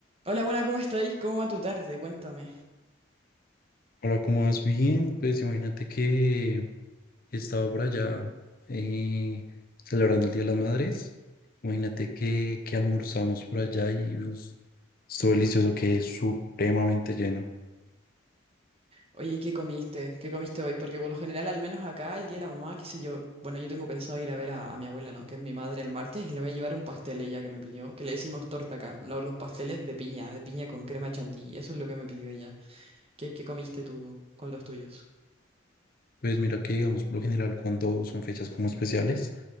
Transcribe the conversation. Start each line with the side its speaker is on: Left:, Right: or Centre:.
Right: Hola, buena, ¿cómo estáis? ¿Cómo va tu tarde? Cuéntame.
Left: Hola, ¿cómo vas? Bien, pues imagínate que estaba por allá eh, celebrando el Día de las Madres. Imagínate que, que almorzamos por allá y pues, estuvo delicioso, que es supremamente lleno.
Right: Oye, ¿y qué comiste? ¿Qué comiste hoy? Porque por lo general, al menos acá, el día de la mamá, qué sé yo, bueno, yo tengo pensado ir a ver a, a mi abuela, ¿no? Que es mi madre el martes, y le voy a llevar un pastel ella que me pidió, que le decimos torta acá, no, los pasteles de piña, de piña con crema chantilly, eso es lo que me pidió ella. ¿Qué, qué comiste tú con los tuyos?
Left: Pues mira que digamos, por lo general, cuando son fechas como especiales,